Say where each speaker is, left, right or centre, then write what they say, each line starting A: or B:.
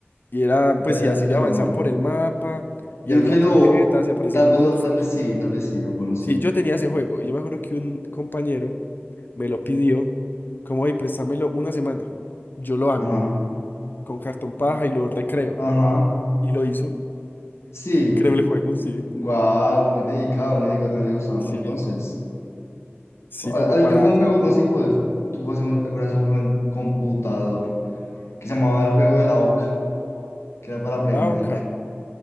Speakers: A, on the left (about 50°); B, on the left (about 80°).
A: Y era,
B: Entonces,
A: pues, y así
B: de
A: de
B: eso
A: avanzar
B: no. no.
A: por el mapa, y
B: Yo
A: había
B: creo que
A: tarjetas,
B: lo,
A: y aparecían
B: tal
A: monstruos.
B: vez lo, tal vez sí, tal vez sí, lo conocí.
A: Sí, yo tenía ese juego, y yo me acuerdo que un compañero me lo pidió, como, hey, préstamelo una semana. Yo lo hago,
B: Ajá,
A: con cartón paja, y lo recreo.
B: ajá,
A: Y lo hizo.
B: sí.
A: Creo el juego, sí.
B: Guau, muy dedicado, muy dedicado, también le gustaba
A: Sí.
B: mucho entonces.
A: Sí,
B: Ah,
A: como
B: ah,
A: para,
B: Yo jugué un juego, no
A: como
B: sé si jugué- tú jugaste alguna vez un juego en computador, que se llamaba el juego de la oca, que era para aprender,
A: la oca.